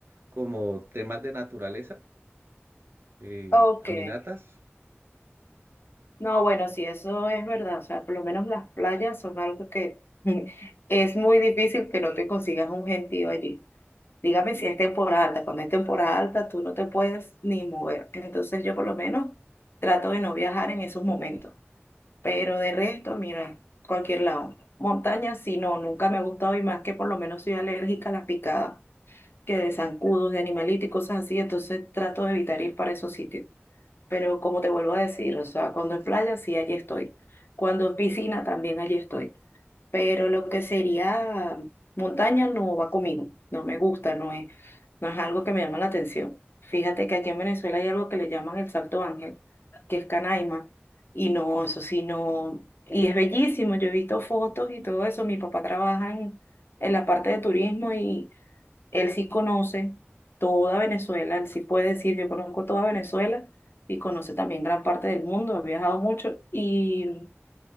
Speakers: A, on the right (about 60°); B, on the left (about 60°).
A: como temas de naturaleza, eh,
B: Ok.
A: caminatas.
B: No, bueno, sí, eso es verdad. O sea, por lo menos las playas son algo que <laughs> es muy difícil que no te consigas un gentío allí. Dígame si es temporada alta. Cuando es temporada alta, tú no te puedes ni mover. Entonces yo por lo menos trato de no viajar en esos momentos. Pero de resto, mira, cualquier lado. Montaña, sí, no, nunca me ha gustado y más que por lo menos soy alérgica a las picadas, que de zancudos, de animalitos y cosas así. Entonces trato de evitar ir para esos sitios. Pero como te vuelvo a decir, o sea, cuando es playa, sí, allí estoy. Cuando es piscina, también allí estoy pero lo que sería montaña no va conmigo, no me gusta, no es, no es algo que me llama la atención. Fíjate que aquí en Venezuela hay algo que le llaman el Salto Ángel, que es Canaima, y no, eso sí, no, y es bellísimo, yo he visto fotos y todo eso, mi papá trabaja en, en la parte de turismo y él sí conoce toda Venezuela, él sí puede decir, yo conozco toda Venezuela. Y conoce también gran parte del mundo, ha viajado mucho y